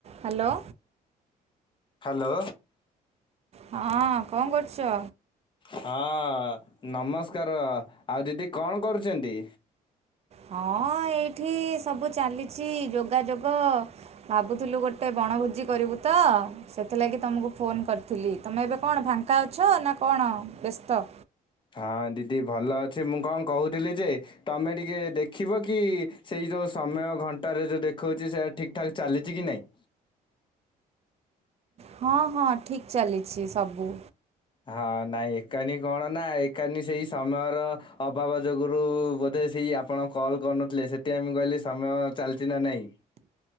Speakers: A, on the right; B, on the left.
A: Hello.
B: Hello.
A: ହଁ। କଁ କରୁଚ?
B: ହଁ ନମସ୍କାର ଆଉ ଦିଦି କଣ କରୁଛନ୍ତି?
A: ହଁ ଏଇଠି ସବୁ ଚାଲିଛି ଯୋଗାଯୋଗ। ଭାବୁଥିଲୁ ଗୋଟେ ବଣଭୋଜି କରିବୁ ତ ସେଥିଲାଗି ତମୁକୁ ଫୋନ୍ କରିଥିଲି ତମେ ଏବେ କଣ ଫାଙ୍କା ଅଛ ନା କଣ ବେସ୍ତ।
B: ହଁ ଦିଦି ଭଲ ଅଛି ମୁଁ କଁ କହୁଥିଲି ଯେ ତମେ ଟିକେ ଦେଖିବ କି ସେଇ ଯୋଉ ସମୟ ଘଣ୍ଟାରେ ଯୋଉ ଦେଖଉଚି ସେଟା ଠିକ୍ ଠାକ୍ ଚାଲିଚି କି ନାଇଁ।
A: ହଁ ହଁ ଠିକ୍ ଚାଲିଛି ସବୁ।
B: ହଁ ନାଇଁ ଏକାନି କଣ ନା ଏକାନି ସେଇ ସମୟର ଅଭାବ ଯୋଗୁରୁ ବୋଧେ ସେଇ ଆପ୍ ଆପଣ କଲ୍ କରୁନଥିଲେ ସେଥିପାଇଁ ମୁଁ କହିଲି ସମୟ ଚାଲଚି ନା ନାଇଁ।